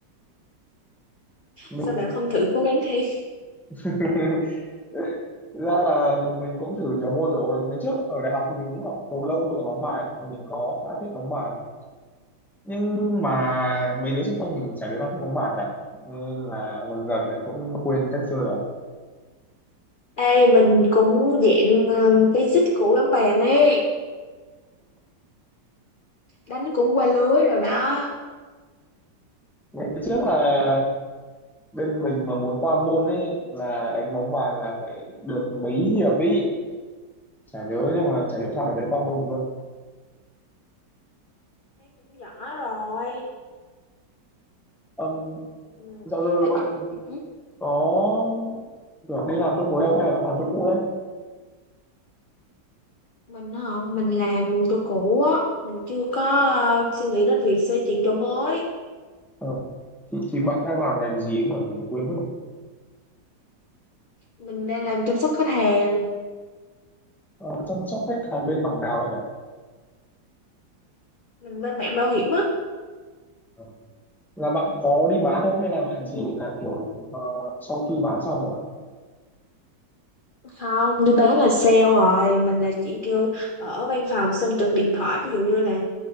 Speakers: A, in the centre; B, on the left.
A: mình
B: sao bạn không thử cố gắng thêm
A: <laughs> thực ra là mình cũng thử nhiều môn rồi ngày trước ở đại học thì mình cũng học cầu lông với cả bóng bàn thì mình có khá thích bóng bàn nhưng mà mấy đứa xung quanh mình chả đứa nào thích bóng bàn cả nên là dần dần thì cũng quên cách chơi rồi
B: ê mình cũng dạng ờ, basic của bắn bạn ấy đánh cũng qua lưới rồi đó
A: ngày trước là bên mình mà muốn qua môn ấy là đánh bóng bàn là phải được mấy hiệp ý chả nhớ nhưng mà chả hiểu sao để đánh qua môn được luôn
B: Thấy cũng giỏi rồi
A: um,
B: Ừ.
A: dạo giờ
B: Ấy,
A: bạn
B: ừ.
A: có được đi làm trong mối không hay là vẫn làm chỗ cũ đấy
B: mình hả mình làm chỗ cũ á mình chưa có ờ, suy nghĩ đến việc xây chuyện chỗ mới
A: ờ. thì, thì bạn đang làm ngành gì ấy nhỉ mình
B: ừ.
A: quên mất rồi
B: mình đang làm chăm sóc khách hàng
A: ờ, chăm sóc khách hàng bên mảng nào vậy nhỉ
B: mình bên mảng bảo hiểm á
A: Ờ. là bạn có đi bán không hay là bạn
B: ừ.
A: chỉ là kiểu ờ, sau khi bán xong rồi
B: không đi bán là sale rồi mình là chỉ kêu ở văn phòng xong trực điện thoại ví dụ như là